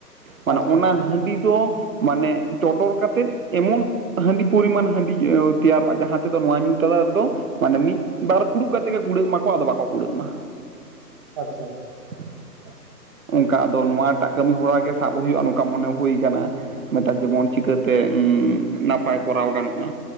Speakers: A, on the right; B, on the right.
A: ᱢᱟᱱᱮ
B: ᱟᱪᱪᱷᱟ
A: ᱚᱱᱟ
B: ᱟᱪᱪᱷᱟ
A: ᱦᱟᱺᱰᱤ ᱫᱚ ᱢᱟᱱᱮ ᱪᱚᱰᱚᱨ ᱠᱟᱛᱮᱫ ᱮᱢᱚᱱ ᱦᱟᱺᱰᱤ ᱯᱚᱨᱤᱢᱟᱱ ᱦᱟᱺᱰᱤ ᱛᱮᱭᱟᱨᱚᱜᱼᱟ ᱡᱟᱦᱟᱸ ᱛᱮᱫᱚ ᱱᱚᱣᱟ ᱧᱩ ᱛᱟᱞᱟ ᱨᱮᱫᱚ ᱢᱟᱱᱮ ᱢᱤᱫ ᱵᱟᱨ ᱯᱷᱩᱲᱩᱜ ᱠᱟᱛᱮ ᱜᱮ ᱠᱩᱲᱟᱹᱜ ᱢᱟᱠᱚ ᱟᱫᱚ ᱵᱟᱠᱚ ᱠᱩᱲᱟᱹᱜ ᱢᱟ
B: ᱟᱪᱷᱟ ᱟᱪᱷᱟ
A: <inaudible> ᱚᱱᱠᱟ ᱟᱫᱚ ᱱᱚᱶᱟ ᱴᱟᱜ ᱠᱟᱹᱢᱤ ᱦᱚᱨᱟ ᱜᱮ ᱥᱟᱵ ᱦᱩᱭᱩᱜᱼᱟ ᱱᱚᱝᱠᱟ ᱢᱚᱱᱮ ᱦᱩᱭ ᱠᱟᱱᱟ ᱢᱤᱫ ᱴᱟᱜ ᱡᱮᱢᱚᱱ ᱪᱤᱠᱟᱹᱛᱮ ᱩᱸ ᱱᱟᱯᱟᱭ ᱠᱚᱨᱟᱣ ᱜᱟᱱᱚᱜᱼᱟ?